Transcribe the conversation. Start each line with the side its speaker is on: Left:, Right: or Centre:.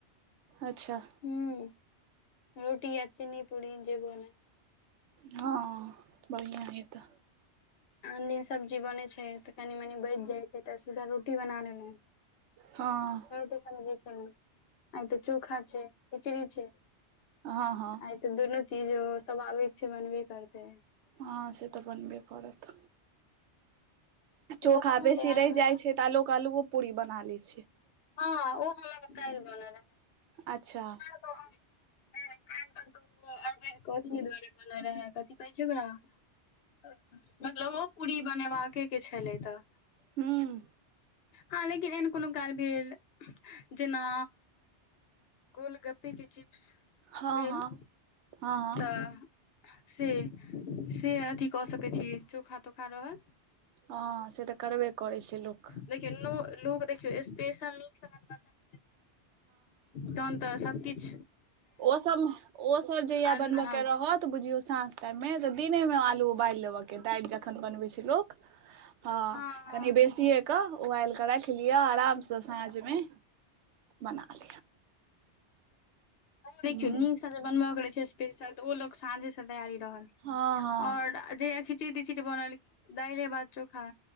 Right: अच्छा।
Left: हुं रोटी या चिन्नी पूरी जे बना।
Right: हां बढ़ियाँ या तऽ।
Left: आन दिन सब्जी बनै छै तऽ कनि-मनि बच जाय छै तऽ सीधा रोटी बना लेलौ।
Right: हां।
Left: रोटी सब्जी खेलौ, आय ते चोखा छै, खिचड़ी छै।
Right: हां-हां।
Left: आय तऽ दुनू चीजो स्वभाविक छै, बनबे करतै।
Right: हां से तऽ बनबे करत आ चोखा
Left: पता नहि
Right: बेसी
Left: तैयारी
Right: रैह
Left: मे
Right: जाय छै। त लोेक अल्लूओ पूरी बना लै छै।
Left: हां उ हमरा लग काएल बनल अय।
Right: अच्छा।
Left: <unintelligible> हां काएल <unintelligible> कथी दुआरे बने रहै, कथी कहै छै ओकरा अ मतलब ओ पूरी बनेबाके छलै तऽ।
Right: हूँ।
Left: हां लेकिन एहन कुनू काल भेल जेना गोलगप्पे के चिप्स
Right: हँ
Left: भेल।
Right: हँ हँ हँ
Left: तऽ से, से अथी कऽ सकै छी चोखा-तोखा रहल
Right: हां से तऽ करबे करै छै लोक।
Left: देखियौ नो लोग देखियौ स्पेशल नीक से बनबा चाहते तहन तऽ सब किछ
Right: ओ सब ओ सब जहिया
Left: हँ
Right: बनबऽ के रहत बुझियौ साँझ टाइम मे तऽ दिने मे आलू उबाल लेबऽ के दाल ज खन बनबै छै लोक हां
Left: हँ
Right: कनि बेसिये के उबाल के राख लिअ अराम से साँझ मे बना लि
Left: देखियौ
Right: हूँ
Left: नीक से जे बनबा के रहै छै स्पेशल त ओ लोक साँझे से तैयारी रहल
Right: हँ हँ
Left: और जहिया खि चि तिचिट बनल दाले, भात, चोखा